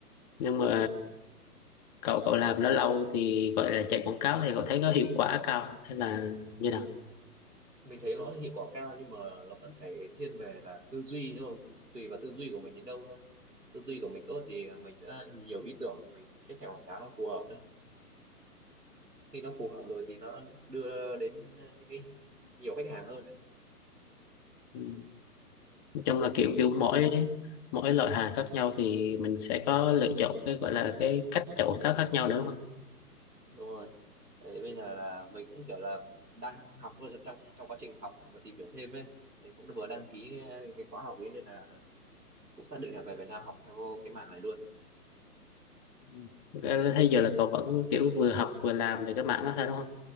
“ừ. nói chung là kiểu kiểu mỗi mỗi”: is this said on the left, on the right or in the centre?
Left